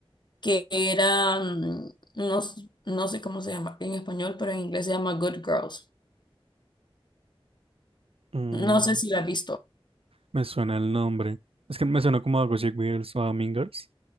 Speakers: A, on the left; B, on the right.
A: que era, mm, no, s- no sé cómo se llama en español, pero en inglés se llama Good Girls.
B: Mm,
A: No sé si la has visto.
B: me suena el nombre. Es que me suena como algo así, Girls o Mean Girls.